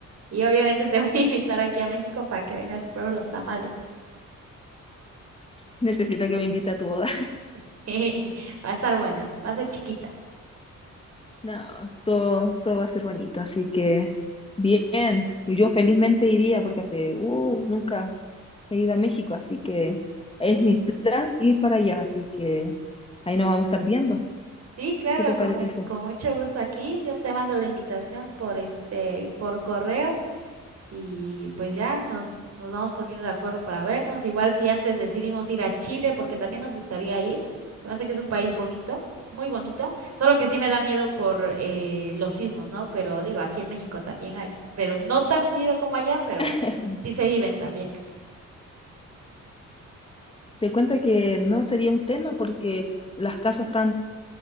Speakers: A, on the right; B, on the left.
A: Y obviamente <laughs> te voy a invitar aquí a México para que vengas y pruebes los tamales. <laughs>
B: Necesito que me invite a tu boda.
A: Sí, va a estar buena, va a ser chiquita.
B: No, todo, todo va a ser bonito, así que bien. Y Yo felizmente iría porque hace, uh, nunca he ido a México, así que es mi plan ir para allá, así que ahí nos vamos a estar viendo.
A: Sí, claro,
B: ¿Qué te
A: con,
B: parece?
A: mu- con mucho gusto aquí. Yo te mando la invitación por este, por correo. Y pues ya nos, nos vamos poniendo de acuerdo para vernos. Igual si antes decidimos ir a Chile, porque también nos gustaría ir. Se me hace que es un país bonito, muy bonito. Solo que sí me da miedo por eh, los sismos, ¿no? Pero digo, aquí en México también hay. Pero no tan seguido como allá, pero
B: <laughs>
A: sí se viven también.
B: Te cuento que no sería un tema porque las casas están